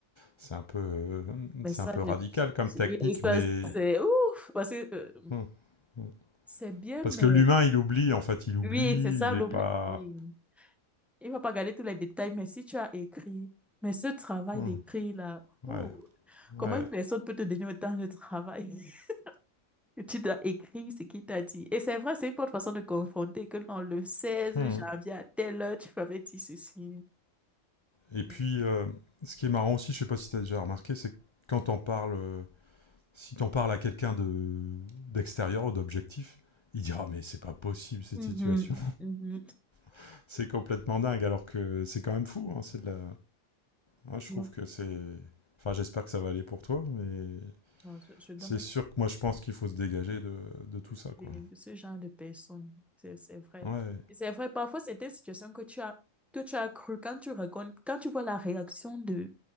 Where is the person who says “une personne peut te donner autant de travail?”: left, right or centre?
Centre